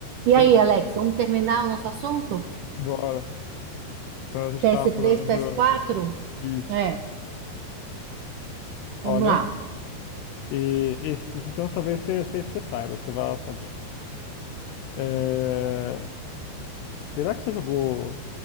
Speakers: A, on the right; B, on the left.
A: E
B: Sei
A: aí,
B: lá.
A: Alex, vamos terminar o nosso assunto?
B: Bora. Então a gente
A: PS3,
B: estava falando
A: ps
B: do.
A: quatro?
B: Isso.
A: É,
B: Olha.
A: vamos lá.
B: E esses, então talvez você, você, você saiba, você vai saber. É, Será que você jogou